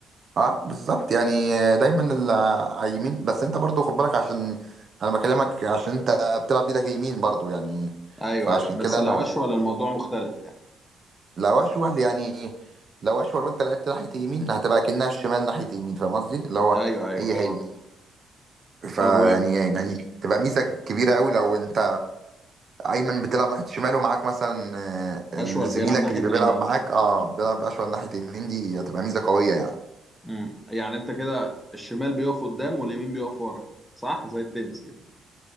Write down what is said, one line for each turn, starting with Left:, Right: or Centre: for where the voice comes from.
Right: اه بالظبط يعني دايما اللي على اليمين بس انت برضو خد بالك عشان انا بكلمك عشان انت بتلعب بايدك يمين برضو يعني
Centre: ايوه
Right: فعشان
Centre: ايوه بس
Right: كده
Centre: لو
Right: انا
Centre: اشول الموضوع مختلف يعني
Right: لو اشول يعني لو اشول وانت لعبت ناحية يمين هتبقى كأنها الشمال ناحية يمين فاهم قصدي اللي هو
Centre: ايوه ايوه
Right: هي
Centre: فاهم
Right: هي
Centre: قصدك
Right: فيعني
Centre: طب
Right: يعني تبقى ميزة كبيرة قوي لو انت ايمن بتلعب ناحيه شمال ومعاك مثلا آه،
Centre: واشول
Right: زميلك
Centre: بيلعب ناحيه
Right: اللي
Centre: اليمين
Right: بيلعب معاك اه بيلعب اشول ناحيه يمين دي هتبقى ميزه قويه يعني
Centre: امم يعني انت كده الشمال بيقف قدام واليمين بيقف ورا صح زي التنس كده